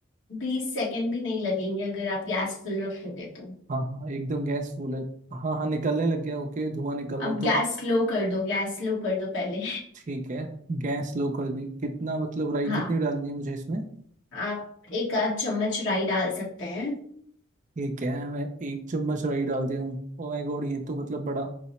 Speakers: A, on the left; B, on the right.
A: बीस सेकेंड भी नहीं लगेंगे अगर आप गैस फुल रखोगे तो
B: हाँ हाँ एकदम गैस फुल है हाँ हाँ निकलने लग गया ओके धुआं निकल
A: अब
B: रहा है तो
A: गैस स्लो कर दो गैस स्लो कर दो पहले
B: ठीक है गैस लो कर दी कितना मतलब राई
A: हाँ
B: कितनी डालनी है मुझे इसमें
A: आप एक आध चम्मच राई डाल सकते हैं
B: ठीक है मैं एक चम्मच राई डाल दिया हूँ ओ माय गॉड ये तो मतलब बड़ा